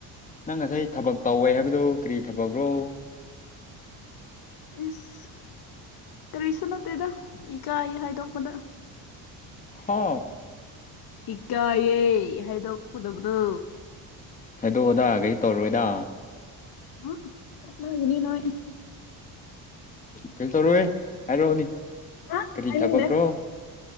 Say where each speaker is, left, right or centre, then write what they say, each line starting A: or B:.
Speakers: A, on the left; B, on the left.
A: ꯅꯪ ꯉꯁꯥꯏ ꯊꯕꯛ ꯇꯧꯋꯦ ꯍꯥꯏꯕꯗꯨ ꯀ꯭ꯔꯤ ꯊꯕꯛꯔꯣ
B: ꯏꯁ ꯀꯔꯤꯁꯨ ꯅꯠꯇꯦꯗ ꯏꯀꯥꯏꯌꯦ ꯍꯥꯏꯗꯣꯛꯄꯗ
A: ꯍꯥ
B: ꯏꯀꯥꯏꯌꯦ ꯍꯥꯏꯗꯣꯛꯀꯗꯕꯗꯣ
A: ꯍꯥꯏꯗꯣꯛ ꯑꯣꯗꯥ ꯀꯩꯁꯨ ꯇꯧꯔꯣꯏꯗ
B: ꯎꯝ ꯅꯣꯛꯅꯒꯅꯤ ꯅꯣꯏ
A: ꯀꯩꯁꯨ ꯇꯧꯔꯣꯏ ꯍꯦ ꯍꯥꯏꯔꯛ ꯑꯣꯅꯤ
B: ꯑ
A: ꯀꯔꯤ
B: ꯍꯥꯏꯅꯤꯡꯗꯦ
A: ꯊꯕꯛꯔꯣ